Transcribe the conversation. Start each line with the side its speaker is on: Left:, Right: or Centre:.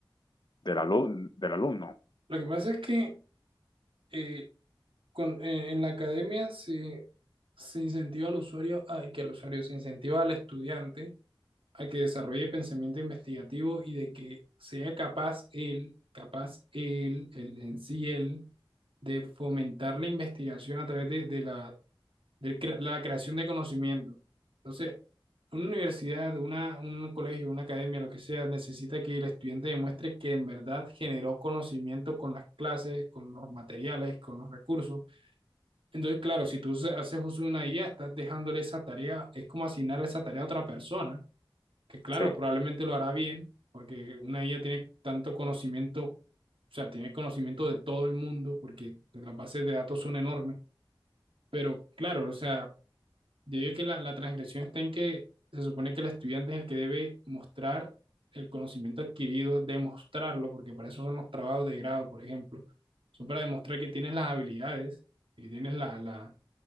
Left: del, alu del alumno.
Right: Lo que pasa es que eh, con- eh, en la academia se, se incentiva al usuario, a, que el usuario se incentiva al estudiante a que desarrolle pensamiento investigativo y de que sea capaz él, capaz él, él en sí él, de fomentar la investigación a través de, de la, de cre- la creación de conocimiento. Entonces, una universidad, una, un colegio, una academia, lo que sea, necesita que el estudiante demuestre que en verdad generó conocimiento con las clases, con los materiales, con los recursos. Entonces, claro, si tú haces uso de una IA, estás dejándole esa tarea, es como asignar esa tarea a otra persona que claro,
Left: Sí,
Right: probablemente lo hará bien, porque una IA tiene tanto conocimiento, o sea, tiene conocimiento de todo el mundo, porque las bases de datos son enormes, pero claro, o sea, yo digo que la, la transgresión está en que se supone que el estudiante es el que debe mostrar el conocimiento adquirido, demostrarlo, porque para eso son los trabajos de grado, por ejemplo, son para demostrar que tienes las habilidades y tienes la, la,